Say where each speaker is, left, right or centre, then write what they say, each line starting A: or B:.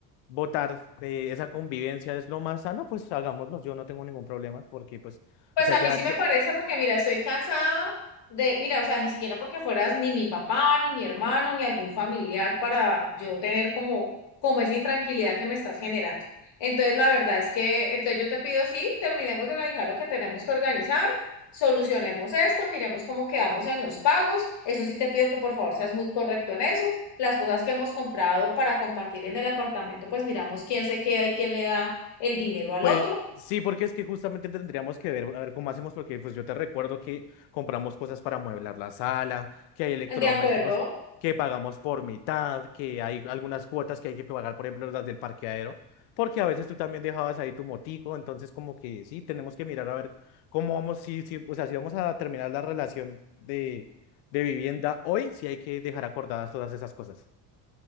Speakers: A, on the left; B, on the left.
A: votar eh, esa convivencia es lo más sano, pues hagámoslo, yo no tengo ningún problema, porque pues...
B: Pues
A: O sea,
B: a mí
A: ya,
B: sí me
A: ya-
B: parece porque, mira, estoy cansada de, mira, o sea, ni siquiera porque fueras ni mi papá, ni mi hermano, ni algún familiar para yo tener como, como esa intranquilidad que me estás generando. Entonces, la verdad es que, entonces yo te pido, sí, terminemos de organizar lo que tenemos que organizar, solucionemos esto, miremos cómo quedamos en los pagos. Eso sí te pido que por favor seas muy correcto en eso. Las cosas que hemos comprado para compartir en el apartamento, pues miramos quién se queda y quién le da el dinero al
A: Pues
B: otro.
A: sí, porque es que justamente tendríamos que ver, a ver cómo hacemos, porque pues yo te recuerdo que compramos cosas para amueblar la sala, que hay electrodomésticos
B: ¿De acuerdo?
A: que pagamos por mitad, que hay algunas cuotas que hay que pagar, por ejemplo, las del parqueadero, porque a veces tú también dejabas ahí tu motico, entonces como que sí, tenemos que mirar a ver cómo vamos, si, si, o sea, si vamos a terminar la relación de, de vivienda hoy, sí hay que dejar acordadas todas esas cosas.